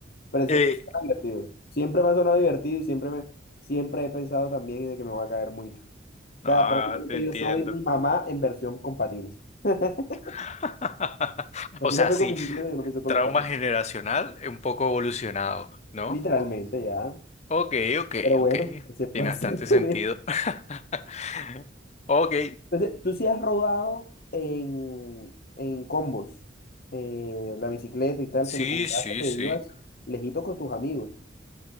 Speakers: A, on the left (about 50°); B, on the left (about 35°).
A: Pero es,
B: eh,
A: suena divertido. Siempre me ha sonado divertido y siempre me, siempre he pensado también de que me voy a caer mucho. O
B: no,
A: sea, prácticamente
B: te entiendo.
A: yo soy mi mamá en versión con patines. <laughs>
B: <laughs>
A: Lo
B: O
A: que
B: sea,
A: ella fue
B: sí,
A: con bicicleta, yo lo pienso con
B: trauma
A: los patines.
B: generacional eh, un poco evolucionado, ¿no?
A: Literalmente ya.
B: Ok, ok,
A: Pero bueno,
B: ok.
A: ¿qué se puede
B: Tiene bastante
A: hacer
B: sentido.
A: con él?
B: <laughs> Ok,
A: Entonces, tú sí has rodado en, en combos, eh, la bicicleta y tal,
B: sí,
A: que me comentabas
B: sí,
A: que te
B: sí.
A: ibas lejito con tus amigos.